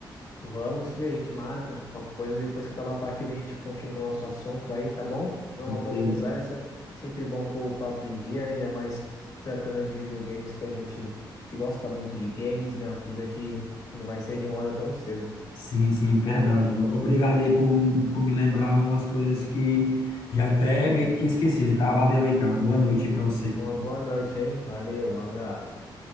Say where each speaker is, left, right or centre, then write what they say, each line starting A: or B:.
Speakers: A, on the left; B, on the left.
A: Vamos sim, a gente marca. Qualquer coisa, depois que acabar a partida, a gente continua o nosso assunto aí, tá bom? Foi uma boa
B: Beleza.
A: conversa. Sempre bom pôr o papo em dia, né? Ainda mais se tratando de videogames que a gente que gosta muito de games, né? Uma coisa que, que não vai sair de moda tão cedo.
B: Sim, sim, verdade. Obrigado aí por, por me lembrar umas coisas que já até meio que tinha esquecido, tá? Valeu aí, cara. Boa noite aí pra você.
A: Uma boa noite, hein? Valeu, um abraço.